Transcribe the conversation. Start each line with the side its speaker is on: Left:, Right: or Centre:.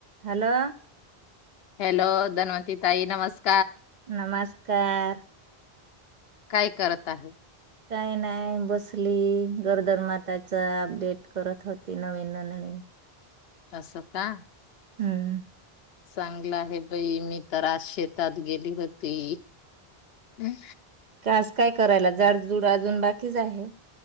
Right: Hello
Left: hello Dhanwati ताई नमस्कार
Right: नमस्कार.
Left: काय करत आहे.
Right: काय नाही बसली गर्दरमाताच अपडेट करत होती नवीन नोंदणी.
Left: असं का
Right: हम्म.
Left: चांगलं आहे बई मी तर आज शेतात गेली होती. हम्म.
Right: कास काय करायला जाडझुड अजून बाकीच आहे.